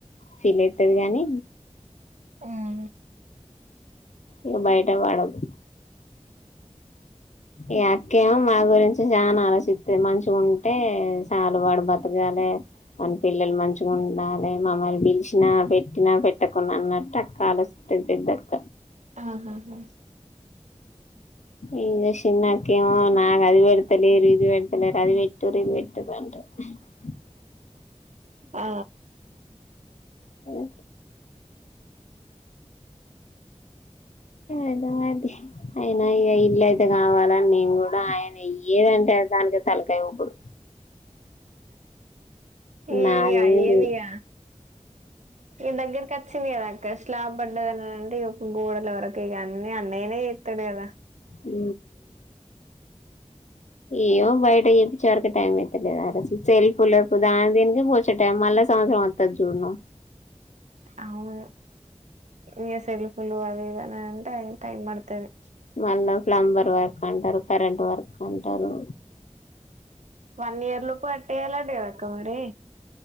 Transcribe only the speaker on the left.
ఫీల్ అయితది గాని
ఏ బయట వాడదు ఈ అక్కేమో మా గురించి చాన ఆలోచిస్త మంచిగ ఉంటే చాలు వాడు బతుక లే వాని పిల్లలు మంచిగా ఉండాలి మమ్మల్ని పిలిచినా పెట్టినా పెట్టకుండా అన్నట్టు అక్క ఆలోచి టుంటిది అక్క
ఈగ చిన్నకేవొ నాక్ అది పెడతలేరు ఇది పెడత లేరు అది పెట్టు రి ఇది పెట్టురి అంటాడ ఉ
ఓ ఏద అ అయన ఇక ఇల్లు అయితే కావాలని నేను కూడ ఆయన య్యేదంటే దానికె తలకాయ ఊపుడు
నాదేం
లేదు
ఉ ఏయ్యో బయట చెప్పే వరకి టైం ఎత్తలేదు అంట సెల్ఫ్ లర్పు దాని దీనికి పోచ్చే టైం మళ్ళ సంవత్సరం అంతా జూడను
మళ్ళా ప్లంబర్ వర్క్ అంటారు కరెంట్ వర్క్ అంటారు